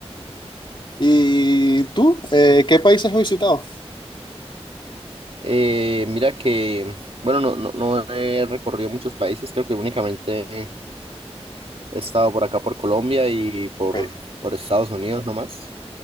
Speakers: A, on the left; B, on the right.
A: ¿Y tú, eh, qué países has visitado?
B: Eh, mira que, bueno, no, no, no he recorrido muchos países, creo que únicamente he estado por acá, por Colombia y por,
A: Okay,
B: por Estados Unidos nomás.